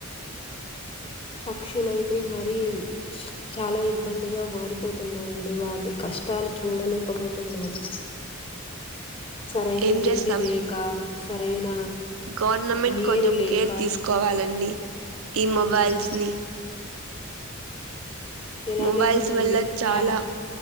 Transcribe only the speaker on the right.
ఏం
చేస్తాం
గవర్నమెంట్
కొంచెం
కేర్ తీసుకోవాలండి ఈ
మొబైల్స్ని
మొబైల్స్
వల్ల
చాలా